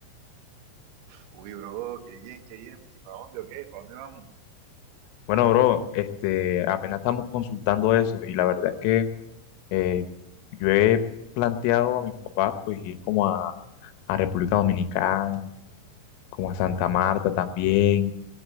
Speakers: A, on the right; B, on the left.
A: Uy, bro, qué bien, qué bien. ¿Y para dónde o qué? ¿Para dónde vamos?
B: Bueno, bro, este, apenas estamos consultando eso, y la verdad es que Eh, yo he planteado a mis papás pues ir como a, a República Dominicana, como a Santa Marta también,